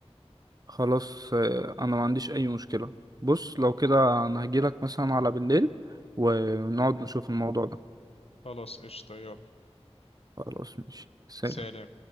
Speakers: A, on the right; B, on the left.
A: خلاص آه، انا ما عنديش اي مشكلة بص لو كده انا هجيلك مثلا على بالليل ونقعد نشوف الموضوع ده
B: خلاص قشطة يلا
A: خلاص ماشي سلام
B: سلام